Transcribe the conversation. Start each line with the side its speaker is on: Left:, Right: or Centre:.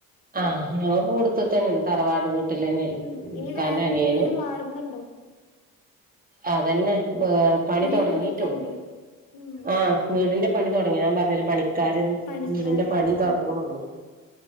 Right: ആഹ് ഞങ്ങള് കൂടുത്ത് തന്നെയ തറവാട് വീട്ടിൽ തന്നെയ
Left: ഉം ഇനി
Right: ഇക്കൻൻ്റനിയനും-
Left: വേറെ വീട് മാറുന്നുണ്ടോ
Right: അതന്നെ ഏ പണി
Left: വീടെടുക്കണ്ട്
Right: തുടങ്ങിട്ടുള്ളൂ
Left: ഉം
Right: ആ വീടിന്റെ പണി തൊടങ്ങി ഞാൻ പറഞ്ഞില്ല പണിക്കാര
Left: പണിക്കാര്
Right: വീടിന്റെ പണി
Left: ഉം
Right: തൊടങ്ങുന്നുള്ളു-